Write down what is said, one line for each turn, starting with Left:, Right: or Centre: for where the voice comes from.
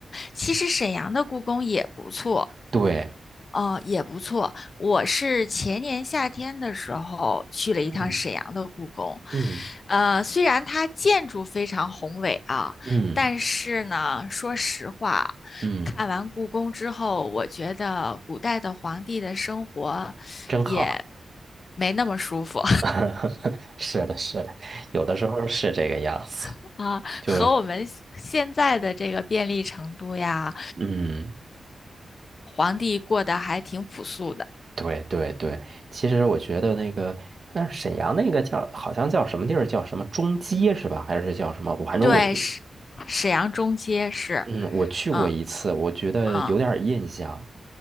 Left: 其实沈阳的故宫也不错。
Right: 对，
Left: 哦，也不错。我是前年夏天的时候去了一趟沈阳的故宫，
Right: 嗯嗯
Left: 呃，虽然它建筑非常宏伟啊，
Right: 嗯
Left: 但是呢，说实话，
Right: 嗯，
Left: 看完故宫之后，我觉得古代的皇帝的生活也
Right: 真好。
Left: 没那么舒服
Right: <laughs> 是的，是的，有的时候是这个样子，
Left: <laughs> 啊，
Right: 就是
Left: 和我们现在的这个便利程度呀，
Right: 嗯，
Left: 皇帝过得还挺朴素的。
Right: 对对对。其实我觉得那个，但是沈阳那个叫好像叫什么地儿，叫什么中街是吧？还是叫什么？我反正我
Left: 对，沈沈阳中街是，
Right: 嗯，我去过一次，
Left: 嗯。
Right: 我觉得有点儿印象。
Left: 嗯